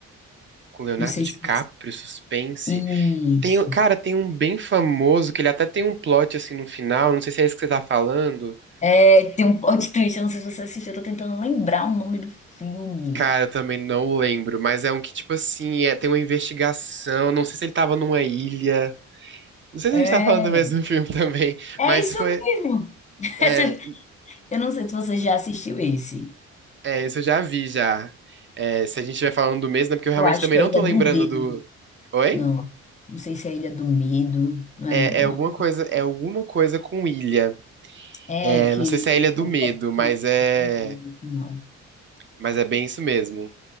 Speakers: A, on the right (about 40°); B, on the left (about 25°).
A: Com Leonardo
B: Não sei
A: DiCaprio,
B: se
A: suspense.
B: Isso.
A: Tem, o- cara, tem um bem famoso que ele até tem um plot assim no final, não sei se é isso que você tá falando.
B: É, tem um plot twist, eu não sei se você assistiu, eu tô tentando lembrar o nome do filme.
A: Cara, eu também não lembro, mas é um que, tipo assim, é, tem uma investigação. Não sei se ele tava numa ilha. Não sei se
B: É,
A: a gente tá falando do mesmo <laughs> filme também,
B: é
A: mas
B: isso
A: foi.
B: mesmo. <laughs>
A: É,
B: Esse- Eu não sei se você já assistiu esse.
A: é, isso eu já vi já. É, se a gente estiver falando do mesmo, é porque eu realmente
B: Eu acho
A: também
B: que
A: não
B: é Ilha
A: tô lembrando
B: do Medo.
A: do. Oi?
B: Não, não sei se é Ilha do Medo. Não
A: É,
B: é, não. não
A: é alguma coisa, é alguma coisa com ilha.
B: É
A: É,
B: É que
A: não sei
B: tem
A: se é a Ilha do
B: um
A: Medo,
B: plot
A: mas
B: twist
A: é.
B: no final.
A: Mas é bem isso mesmo.